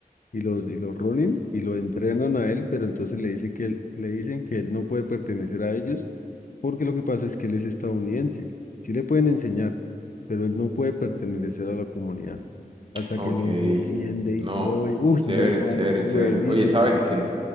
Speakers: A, on the left; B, on the right.
A: y los, y los runen y lo entrenan a él, pero entonces le dice que él, le dicen que él no puede pertenecer a ellos porque lo que pasa es que él es estadounidense. Sí le pueden enseñar, pero él no puede pertenecer a la comunidad hasta
B: Ok,
A: que los defiende y
B: no,
A: todo. Y, uy,
B: chévere,
A: no, mano,
B: chévere,
A: buenísima.
B: chévere. Oye, ¿sabes qué?